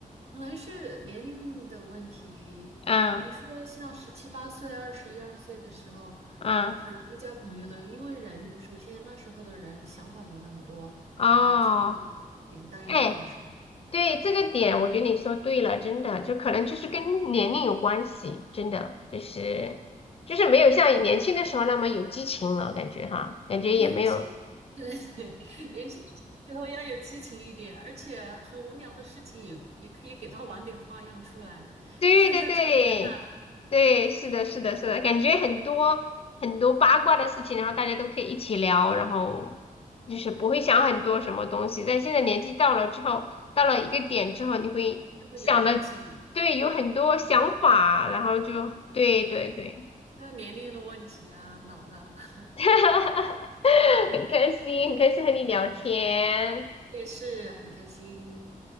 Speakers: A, on the right; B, on the left.
A: 可能是年龄的问题。
B: 嗯
A: 你说像十七八岁、二十一二岁的时候，
B: 嗯
A: 很容易交朋友的，因为人首先那时候的人想法没那么多，
B: 哦，
A: 然后稍微简单一点什么。
B: 哎，对这个点，我觉得你说对了，真的，就可能就是跟年龄有关系，真的就是就是没有像年轻的时候那么有激情了，感觉哈，感觉也没有。
A: 年轻，对，<laughs> 年轻的时候要有激情一点，而且很无聊的事情也也可以给他玩点花样出来。
B: 对对对对，
A: 现在成年了，
B: 是的，是的，是的，感觉很多很多八卦的事情，然后大家都可以一起聊，然后就是不会想很多什么东西。
A: 对，
B: 但现在年纪到了之后，到了一个点之后，你会想的，
A: 就会有顾忌，
B: 对，有很多想法，然后就对对对，
A: 那年龄的问题啊，老了，<laughs>
B: <laughs>
A: 嗯，
B: 很开心，很开心和你聊天。
A: 我也是很开心。